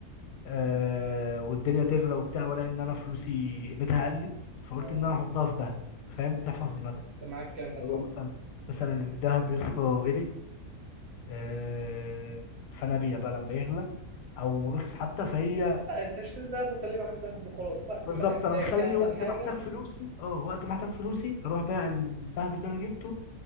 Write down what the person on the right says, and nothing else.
اه
انت معاك كام مثلا
لا انت اشتري دهب وخليه معاك دهب وخلاص وقت
ما تحتاج
تعمل
حاجة